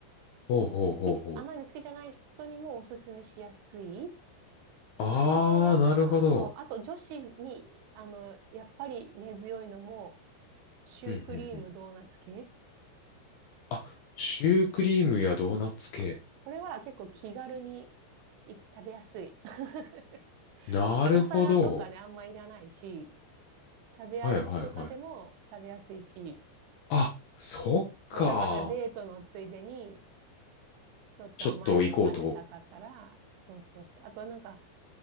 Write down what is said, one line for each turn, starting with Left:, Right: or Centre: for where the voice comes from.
Left: ほうほうほうほう。
Right: 好きじ、甘いの好きじゃない人にもおすすめしやすい。
Left: あー、
Right: あとは、
Left: なるほど。
Right: そう、あと女子に、あの、やっぱり根強いのも、シュークリームドーナツ系。
Left: うんうんうん。あ、シュークリームやドーナツ系。
Right: これは結構気軽にい食べやすい。<laughs>
Left: なるほど。
Right: お皿とかね、あんまいらないし、食べ歩きとかでも食べやすいし、
Left: はいはいはい。あ、そっか。
Right: だからデートのついでに、ちょっと甘いもの食べたかったら、
Left: ちょっと行こうと。
Right: そうそうそう。あとなんか